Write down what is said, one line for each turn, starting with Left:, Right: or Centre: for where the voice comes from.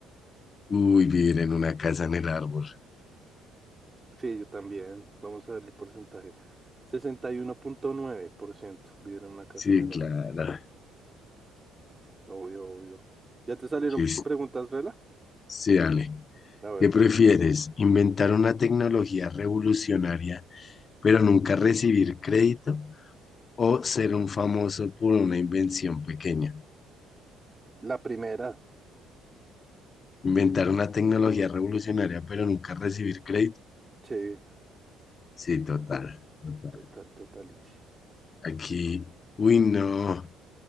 Left: Uy, vivir en una casa en el árbol.
Right: Sí, yo también. Vamos a ver el porcentaje. sesenta y uno punto nueve por ciento vivir en una casa
Left: Sí,
Right: en el
Left: claro.
Right: árbol. Obvio, obvio. ¿Ya te salieron
Left: Listo.
Right: preguntas, Rela?
Left: Sí, dale.
Right: A ver,
Left: ¿Qué prefieres? ¿Inventar una tecnología revolucionaria pero nunca recibir crédito o ser un famoso por una invención pequeña.
Right: la primera.
Left: Inventar una tecnología revolucionaria, pero nunca recibir crédito.
Right: Sí,
Left: Sí, total, total.
Right: total, totality.
Left: Aquí, uy, no,